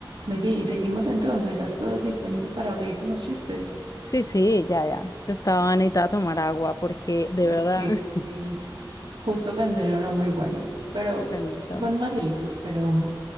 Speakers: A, on the right; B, on the left.
A: Baby, y seguimos entonces, ya estás disponible para seguir con los chistes,
B: Sí, sí, ya, ya. Es que estaba necesitada tomar agua porque de
A: porque
B: verdad, <laughs>
A: eh, justo pensé en uno muy bueno, pero
B: bueno, también.
A: son malitos, pero,